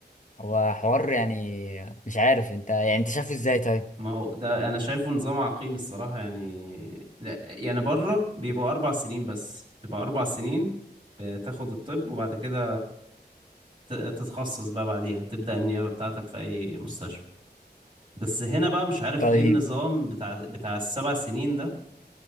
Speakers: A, on the left; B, on the right.
A: هو حوار يعني مش عارف انت يعني انت شايفه ازاي طيب
B: ما هو ده انا شايفه نظام عقيم الصراحة يعني لا، يعني بره بيبقوا اربع سنين بس تبقى اربع سنين بتاخد الطب وبعد كده ت- تتخصص بقى بعديها تبدأ النيابة بتاعتك في اي مستشفى بس هنا بقى مش عارف
A: طيب
B: ليه النظام بتاع بتاع السبع سنين ده